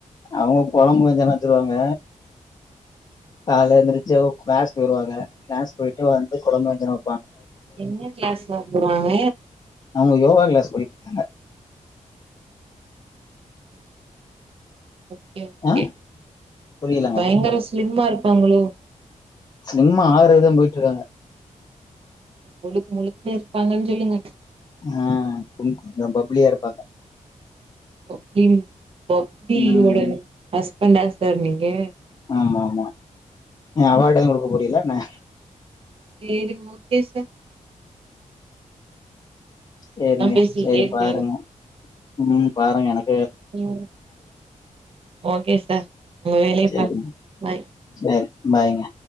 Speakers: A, on the left; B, on the right.
A: அவங்க குழம்பு கொஞ்சம் வச்சருவாங்க கால எழுந்திரிச்சு கிளாஸ் போயடுவாங்க கிளாஸ் போயிட்டு வந்து குழம்பு வைக்கணும்
B: என்ன கிளாஸ் போபோறாங்க
A: அவங்க யோகா கிளாஸ் போயிட்டு இருக்காங்க
B: கே ஓகே
A: ஆ புரியலங்க
B: பயங்கரஸ் ஸ்லிம்மா இருப்பாங்களோ
A: சிலிம்மா ஆறுதா போயிட்டு இருக்காங்க
B: கொழுக்கு முழுக்குனு இருப்பாங்கன்னு சொல்லுங்க
A: ம் கொஞ்ச பப்ளியா இருப்பாங்க
B: ஓப்லி ஒப்பி
A: ம்
B: ஓட பேஸ் பண்டாஸ்தர் நீங்கெ
A: ம் ஆமா ஆ அவார்டு எதுவு குடுக்க போரியலான்ன
B: சேரி ஓகே சேர்
A: சேரிங்க
B: பேசிட்டே
A: சேரி
B: இருக்க
A: பாருங்க ம் பாருங்க எனக்
B: மியு ஓகே சார் உங்க வேலய
A: சரிங்க
B: பாருங்க பாய்
A: சரி பாய்ங்க